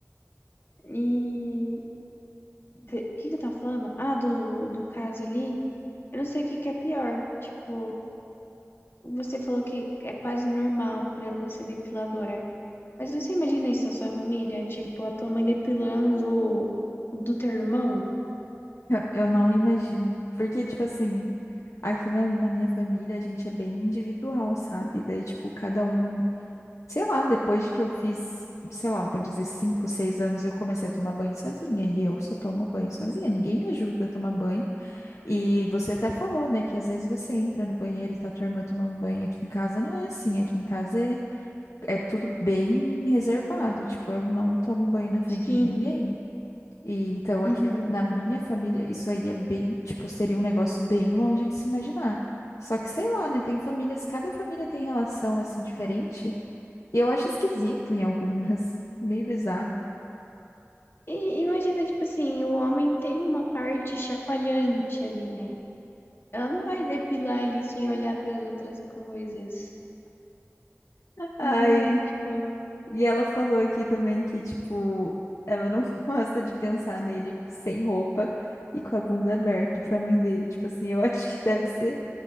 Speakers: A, on the left; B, on the left.
A: e... de- O que que eu tava falando? Ah, do, do caso ali. Eu não sei o que que é pior. Tipo, Você falou que é quase normal por ela ser depiladora. Mas você imagina isso na sua família? Tipo, a tua mãe depilando o, o do teu irmão?
B: Eu não imagino. Porque, tipo assim, Aqui na, na minha família, a gente é bem individual, sabe? Daí, tipo, cada um, sei lá, depois de que eu fiz, sei lá, vou dizer cinco, seis anos, eu comecei a tomar banho sozinha. E eu só tomo banho sozinha, ninguém me ajuda a tomar banho. E você até falou, né, que às vezes você entra no banheiro e tá tua irmã tomando banho. Aqui em casa não é assim, aqui em casa é, é tudo bem reservado. Tipo, eu não tomo banho na frente
A: Sim,
B: de ninguém. E então aqui
A: Uhum.
B: na minha família, isso aí é bem, tipo, seria um negócio bem longe de se imaginar. Só que sei lá, né? Tem famílias, cada família tem relação assim diferente. E eu acho esquisito em algumas, <laughs> meio bizarro.
A: E imagina, tipo assim, o homem tem uma parte chacoalhante ali, né? Ela não vai depilar ali sem olhar para as outras coisas,
B: Ai,
A: né? Tipo,
B: e ela falou aqui também que, tipo, ela não <laughs> gosta de pensar nele sem roupa e com a bunda aberta pra mãe dele. Tipo assim, eu <laughs> acho que deve ser.